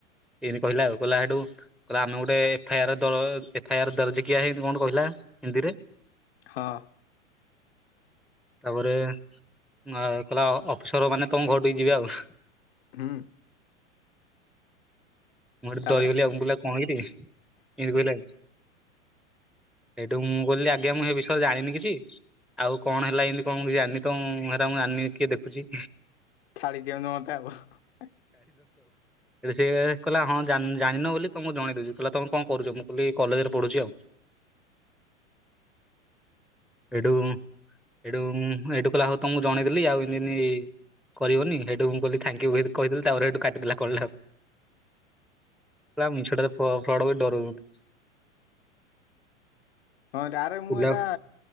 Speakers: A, in the centre; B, on the left.
A: ଏମିତି କହିଲା ଆଉ କହିଲା ସେଠୁ କହିଲା ଆମେ ଗୋଟେ ଏଫଆଇ ଆର ଏଫଆଇ ଆର ଦର୍ଜ କିଆ ଏମିତି ଗୋଟେ କଣ କହିଲା। ହିନ୍ଦୀ ରେ।
B: ହଁ
A: ତାପରେ, କହିଲ ଅଫିସର ମାନେ ତମ ଘର ଟିକ ଯିବେ ଆଉ
B: ହୁଁ
A: ମୁଁ ଏଠେ
B: ତାପରେ
A: ଡରିିବଲି ଆ କହିଲ କଣ କିରି ଏମିତି କହିଲ <unintelligible> <inaudible> ସେଇଠୁ ମୁଁ କହିଲି, ଆଜ୍ଞା, ମୁଁ ସେ ବିଷୟରେ ଜାଣିନି କିଛି, ଆଉ କଣ ହେଲା ଏମିତି କଣ କିଛି ଜାଣିନି ତ ମୁଁ ଆଣିନି, କିଏ ଦେଖୁଛି?
B: ଛାଡ଼ି ଦିଅନ୍ତ ମତେ ଆଉ
A: ସେଏ କହିଲା, ହଁ ଜାଣିନ ବୋଲି ତମକୁ ଜଣେଇ ଦଉଛି, କହିଲା ତମେ କଣ କରୁଛ? ମୁଁ କହିଲି କଲେଜ ରେ ପଢୁଛି ଆଉ ଏଡୁ। ଏଠୁ ଏଇଠୁ କହିଲ ହଉ ତମକୁ ଜଣେଇଦେଲି ଆଉ ଏମତି ଏମିତି କରିବନି, ସେଇଠୁ ମୁଁ କହଲି ଥାଙ୍କ ୟୁ ଯେମିତି କହିଦେଲି, ତାପରେ ସେଇଠୁ କାଟିଦେଲା କଲ ଟାକୁ। ମିଛୁ ଟାରେ ଫର୍ଡ କରି ଡରଉଛନ୍ତି।
B: ହଁ ତାରେ ମୁଁ
A: ହୁଁ
B: ଏଇଟା